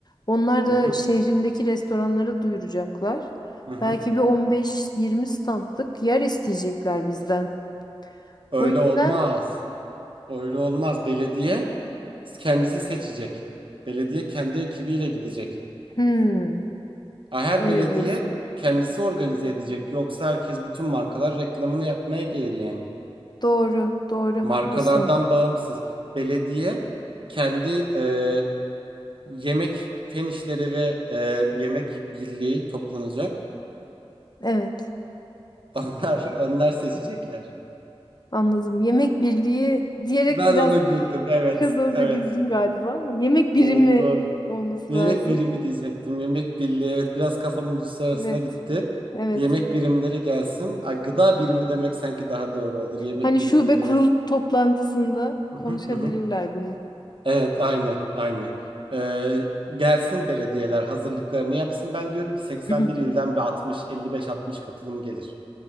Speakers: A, on the left; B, on the right.
A: Onlar da
B: hı hı,
A: şehrindeki restoranlara duyuracaklar.
B: hı hı,
A: Belki
B: hı hı.
A: bir 15-20 standlık yer isteyecekler bizden.
B: Öyle
A: O yüzden
B: olmaz. Öyle olmaz. Belediye kendisi seçecek. Belediye kendi ekibiyle gidecek.
A: hmm,
B: Ha, Her
A: öyle
B: belediye
A: diyorsun.
B: kendisi organize edecek. Yoksa herkes bütün markalar reklamını yapmaya gelir yani.
A: Doğru, doğru
B: Markalardan
A: haklısın.
B: bağımsız. Belediye kendi e, yemek fen işleri ve e, yemek birliği toplanacak.
A: Evet,
B: <laughs> Onlar onlar seçecekler.
A: anladım. Yemek birliği diyerek
B: Ben
A: biraz
B: ona güldüm. Evet,
A: biraz orada
B: evet.
A: güldüm galiba ama yemek birimi
B: Evet, doğru.
A: olması
B: Yemek
A: lazım.
B: birimi diyecektim. Yemek birliği. Evet, biraz kafam uluslararasına
A: Evet.
B: gitti.
A: Evet.
B: Yemek birimleri gelsin. Ay, gıda birimi demek sanki daha doğru olur. Yemek
A: Hani
B: birimi
A: şube
B: de biraz.
A: kurul toplantısında
B: Hı
A: konuşabilirler
B: hı hı hı.
A: bunu.
B: Evet, aynen, aynen. Ee, gelsin belediyeler hazırlıklarını yapsın. Ben diyorum ki 81
A: <clears throat>
B: ilden bir 60, 55-60 katılım gelir.